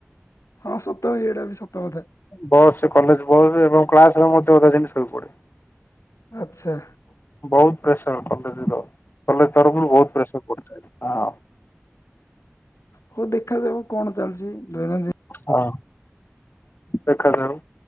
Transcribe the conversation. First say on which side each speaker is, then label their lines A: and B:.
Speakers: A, on the left; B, on the left.
A: ହଁ ସତ ଏଇଟା ବି ସତ କଥା।
B: ବସ୍ କଲେଜ ବସ ଏବଂ କ୍ଲାସ <unintelligible> ଜିନିଷ ପଡେ।
A: ଆଚ୍ଛା।
B: ବହୁତ ପ୍ରେସର କଲେଜ ର କଲେଜ ତରଫରୁ ବହୁତ ପ୍ରେସର ପଥାଏ ହଁ।
A: ହଉ ଦେଖାଯାଉ କଣ ଚାଲିଛି ଦୈନନ୍ଦିନ
B: ହଁ। ଦେଖାଯାଉ